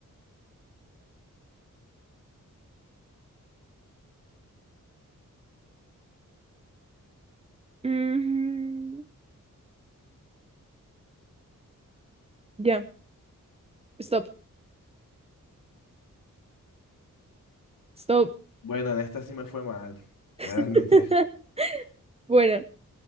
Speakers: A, on the right; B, on the left.
A: Mm, ya, stop, stop.
B: Bueno, en esta sí me fue mal. Voy a
A: <laughs>
B: admitir.
A: Bueno,